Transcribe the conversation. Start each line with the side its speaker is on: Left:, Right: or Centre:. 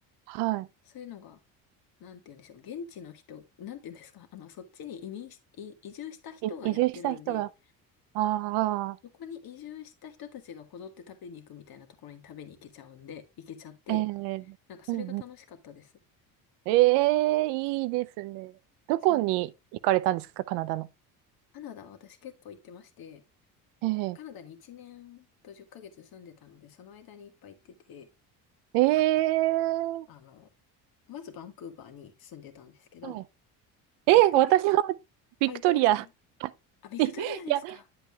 Right: は
Left: そういうのが、なんて言うんでしょう、現地の人、なんて言うんですか、あの、そっちに移民し、い移住した人がやってるんで、
Right: い。い移住した人が、ああ、
Left: そこに移住した人たちがこぞって食べに行くみたいなところに食べに行けちゃうんで、行けちゃって、
Right: えー、
Left: なんかそれが楽しかったです。
Right: うんうん。ええいいですね。どこに行かれたんですか、
Left: そうね。
Right: カナダの。
Left: カナダ、私結構行ってまして、
Right: ええ
Left: カナダに1年と10ヶ月住んでたので、その間にいっぱい行ってて、
Right: ええ
Left: あの、まずバンクーバーに住んでたんですけど、
Right: は
Left: まあ、
Right: いえ、
Left: 1ヶ月、
Right: 私はビクトリア
Left: あ、行ってましたあ、ビクトリアですか
Right: に、<laughs> いや、